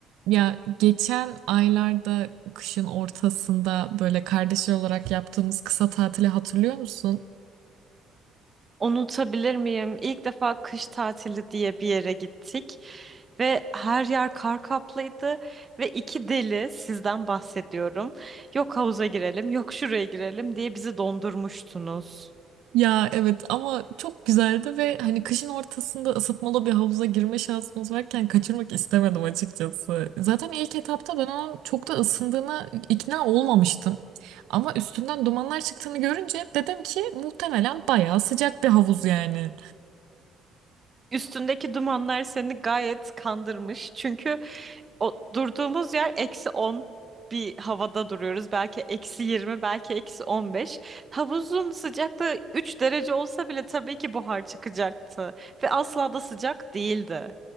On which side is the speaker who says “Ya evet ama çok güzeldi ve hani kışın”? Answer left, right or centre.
Right